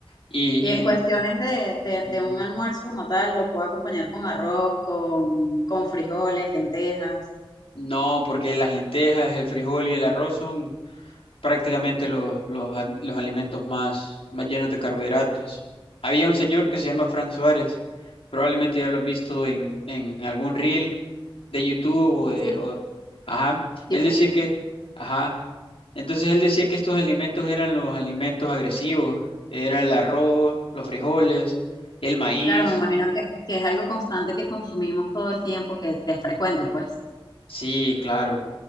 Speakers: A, on the left; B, on the left.
A: Y,
B: Y en
A: y
B: cuestiones de, de-
A: ujú.
B: de un almuerzo como tal, lo puedo acompañar con arroz, con, con frijoles, lentejas.
A: No, porque las lentejas, el frijol y el arroz son prácticamente los, los, al- los alimentos más, más llenos de carbohidratos. Había un señor que se llama Frank Suárez, probablemente ya lo has visto en, en algún reel de YouTube o de...
B: Sí, sí.
A: o- ajá,
B: Sí,
A: él
B: por
A: decía
B: supuesto.
A: que... Ajá. Entonces él decía que estos alimentos eran los alimentos agresivos, era el arroz, los frijoles, el maíz.
B: Claro, me imagino que, que es algo constante que consumimos todo el tiempo, que, que es frecuente, pues.
A: Sí, claro.